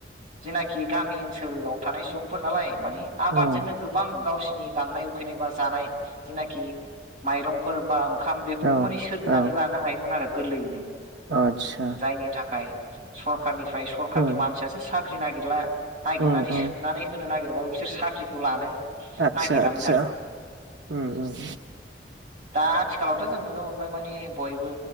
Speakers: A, on the right; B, on the right.
A: जेनाखि गामि ओनसोलाव थानाय सुबुंफोर नालाय माने आबादजोंनो
B: उम
A: गोबां गावसिनि गांनाय उखै जेनेबा जानाय जेनाखि माइरंफोर बा ओं खाम बेफोरखौ
B: औ
A: माने सोरजिनानै
B: औ
A: लानो हायोमोन आरो गोरलैयैनो
B: आतसा
A: जायनि थाखाय सरकारनिफ्राय सरकारनि
B: उम
A: मानसियासो साख्रि नागिरला नागिरनानै
B: उम उम
A: सोनानै होनो नागिर बाबो बिसोर साख्रिखौ लानो
B: आतसा
A: नागिरामोन
B: आतसा
A: आरो
B: उम उम
A: दा आथिखालावथ' जों नुनो मोनबाय माने बयबो